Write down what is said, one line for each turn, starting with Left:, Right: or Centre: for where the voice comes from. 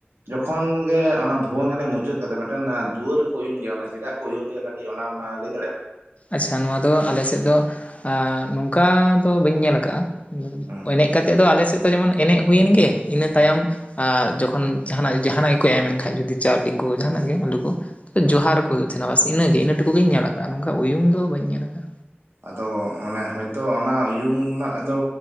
Right: ᱡᱚᱠᱷᱚᱱ ᱜᱮ ᱚᱱᱟ ᱵᱷᱩᱣᱟᱹᱝ ᱮᱱᱮᱡ ᱢᱩᱪᱟᱹᱫ ᱠᱟᱛᱮ ᱨᱮ ᱚᱱᱟ ᱫᱩᱣᱟᱹᱨ ᱨᱮᱠᱚ ᱩᱭᱩᱝ ᱜᱮᱭᱟ, ᱚᱱᱟ ᱪᱮᱫᱟᱜ ᱠᱚ ᱩᱭᱩᱝ ᱜᱮᱭᱟ ᱠᱟᱹᱴᱤᱡ ᱚᱱᱟ ᱢᱟ ᱞᱟᱹᱭ ᱫᱟᱲᱮᱭᱟᱢ?
Left: ᱟᱪᱪᱷᱟ ᱱᱚᱣᱟ ᱫᱚ ᱟᱞᱮ ᱥᱮᱫ ᱫᱚ ᱱᱚᱝᱠᱟ ᱫᱚ ᱵᱟᱹᱧ ᱧᱮᱞ ᱟᱠᱟ-ᱟ
Right: ᱦᱮᱸ
Left: ᱮᱱᱮᱡ ᱠᱟᱛᱮᱫ ᱫᱚ ᱟᱞᱮ ᱥᱮᱫ ᱫᱚ ᱡᱮᱢᱚᱱ ᱮᱱᱮᱡ ᱦᱩᱭᱮᱱ ᱜᱮ ᱤᱱᱟᱹ ᱛᱟᱭᱚᱢ,
Right: ᱦᱮᱸ
Left: ᱟ ᱡᱚᱠᱷᱚᱱ ᱡᱟᱦᱱᱟᱜ ᱡᱟᱦᱟᱱᱟᱜ ᱜᱮᱠᱚ ᱮᱢᱮᱱ ᱠᱷᱟᱡ ᱡᱩᱫᱤ ᱪᱟᱣᱞᱮ ᱠᱩ ᱡᱟᱦᱟᱱᱟᱜ ᱜᱮ ᱟᱞᱩ ᱠᱚ ᱛᱚ
Right: ᱦᱮᱸ
Left: ᱡᱚᱦᱟᱨ ᱠᱚ ᱦᱩᱭᱩᱜ ᱛᱷᱮᱱᱟ ᱵᱟᱥ ᱤᱱᱟᱹᱜᱮ ᱤᱱᱟᱹ ᱴᱩᱠᱩ ᱜᱮ ᱧᱮᱞ ᱟᱠᱟ-ᱟ ᱱᱚᱝᱠᱟ ᱩᱭᱩᱢ ᱫᱚ ᱵᱟᱹᱧ ᱧᱮᱞ ᱟᱠᱟ-ᱟ᱾
Right: ᱟᱫᱚ ᱢᱟᱱᱮ ᱦᱚᱭᱛᱳ ᱚᱱᱟ ᱩᱭᱩᱝ ᱱᱟᱜ ᱫᱚ,